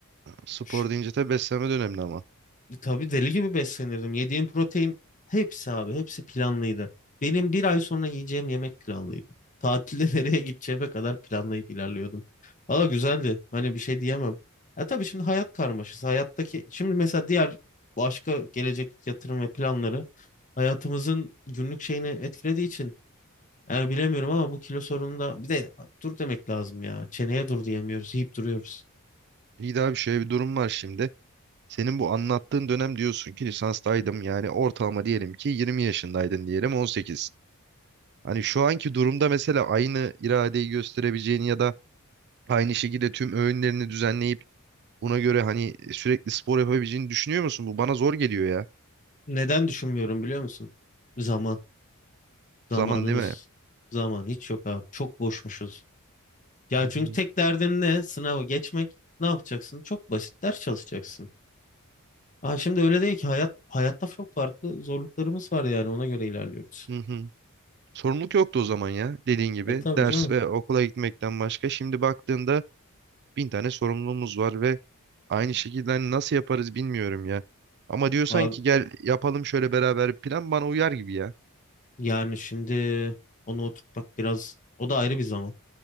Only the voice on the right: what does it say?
Spor
deyince tabii beslenme de önemli ama.
İyi daha bir şöyle bir durum var şimdi. Senin bu anlattığın dönem diyorsun ki lisanstaydım yani ortalama diyelim ki 20 yaşındaydın diyelim 18. Hani şu anki durumda mesela aynı iradeyi gösterebileceğini ya da aynı şekilde tüm öğünlerini düzenleyip buna göre hani sürekli spor yapabileceğini düşünüyor musun? Bu bana zor geliyor ya.
Zaman
değil mi?
Hı hı.
Hı hı. Sorumluluk yoktu o zaman ya. Dediğin gibi
ders
ve okula gitmekten başka. Şimdi baktığında bin tane sorumluluğumuz var ve aynı şekilde hani nasıl yaparız bilmiyorum ya. Ama diyorsan
ki gel yapalım şöyle beraber bir plan bana uyar gibi ya.